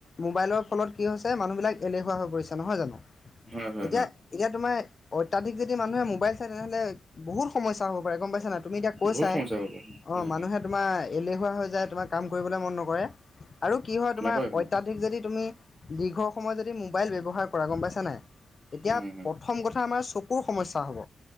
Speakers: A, on the left; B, on the right.
A: মোবাইলৰ ফলত কি হৈছে, মানুহবিলাক এলেহুৱা হৈ পৰিছে নহয় জানো?
B: হয় হয়
A: এতিয়া,
B: হয়।
A: এতিয়া তোমাৰ অত্যাধিক যদি মানুহে মোবাইল তেনেহ'লে বহুত সমস্যা হ'ব পাৰে গম পাইছা নাই তুমি এতিয়া কৈছাই,
B: বহুত সমস্যা হ'ব হয়
A: অ', মানুহে
B: হয়
A: তোমাৰ এলেহুৱা হৈ যায় তোমাৰ কাম কৰিবলৈ মন নকৰে, আৰু কি হয় তোমাৰ
B: নকয়
A: অত্যাধিক
B: নহয়।
A: যদি তুমি দীৰ্ঘ সময়ত যদি মোবাইল ব্যৱহাৰ কৰা গম পাইছা নাই? এতিয়া
B: হয় হয়
A: প্ৰথম কথা আমাৰ চকুৰ সমস্যা হ'ব।